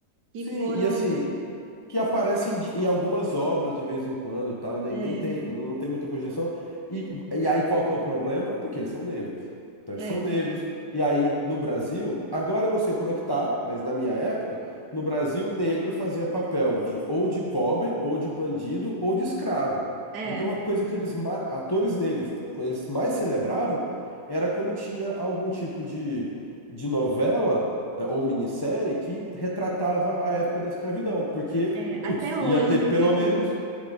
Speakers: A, on the right; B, on the left.
A: que
B: sim,
A: foram.
B: e assim, que aparecem de- em algumas obras de vez em quando, tal, nem,
A: É,
B: nem tem, não, não tem muita projeção. E, e aí qual que é o problema? Porque eles são negros. Então eles
A: é,
B: são negros. E aí no Brasil, agora eu não sei como é que tá, mas na minha época, no Brasil, negro fazia papel de ou de pobre, ou de bandido, ou de escravo.
A: é,
B: Então a coisa que eles, ma- atores negros, quando eles mais celebravam era quando tinha algum tipo de, de novela eh, ou minissérie que retratava a época da escravidão, porque
A: é, até
B: Putz,
A: hoje,
B: ia ter pelo
A: viu?
B: menos,